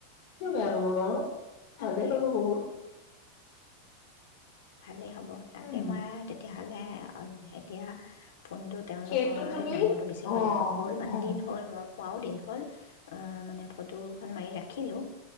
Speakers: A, on the left; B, on the left.
A: কিয় বেয়া পাব বাৰু।
B: তাকে।
A: ভালেই পাব বহুত
B: ভালেই হ'ব তাকে
A: উম
B: মই তেতিয়া ভালে অ'- এতিয়া ফোনটো তেওঁলোকৰ
A: সেইটো তুমি
B: নম্বৰটো বিচাৰিব
A: অ
B: লাগিব হ'ল মানেদিন
A: অ
B: হ'ল মই পোৱাও দিন হ'ল, মানে ফটোখন মাৰি ৰাখিলোঁ